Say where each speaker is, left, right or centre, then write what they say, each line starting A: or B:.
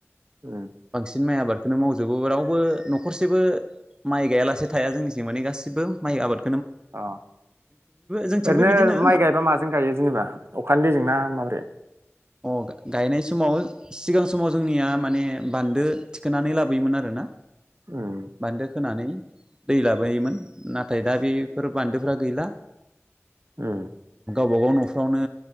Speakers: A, on the right; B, on the right.
A: उम,
B: बांसिन माइ आबाद बेखौनो मावजोबो रावबो नखरसेबो माइ गायालासे थाया जोंनिथिं मानि गासैबो बो माइ आबाद
A: अ
B: जोंथिंबो
A: ओरैनो
B: बिदिनो
A: माइ गायबा माजों गायो जेनेबा अखानि दैजोंना माब्रै?
B: अ गायनाय समाव सिगां समाव जोंनिया माने बान्दो थिखोनानै लाबोयोमोन आरोना
A: उम
B: बान्दो खोनानै दै लाबोयोमोन नाथाय दा बेफोर बान्दोफ्रा गैला।
A: ओ।
B: गावबा गाव नफ्रावनो